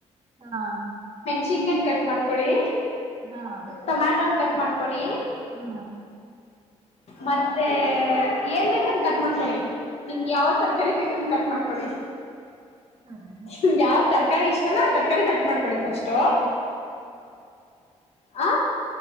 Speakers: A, on the right; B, on the left.
A: ಹಾ
B: ಚಿಕ್ಕನ್ ಕಟ್ ಮಾಡ್ಕೊಳ್ಳಿ
A: ಹಾ
B: ಟೊಮ್ಯಾಟೊನ ಕಟ್ ಮಾಡ್ಕೊಳ್ಳಿ
A: ಹಾ
B: ಮತ್ತೆ ಏನ್ ಬೇಕಂದ್ ಕಟ್ ಮಾಡ್ಕೊಡಿ ನಿಮ್ಗೆ ಯಾವ ತರಕಾರಿ ಬೇಕು ಕಟ್ ಮಾಡ್ಕೊಡಿ
A: ಸರಿ
B: ನಿಗೆ ಯಾವ್ ತರಕಾರಿ ಇಷ್ಟಲ್ಲ ತರಕಾರಿ ಕಟ್ಟ ಮಾಡ್ಕೊಳ್ಳಿ
A: ಚಿತ್ರಾನ್ನಾಗ
B: ಫಸ್ಟು ಆ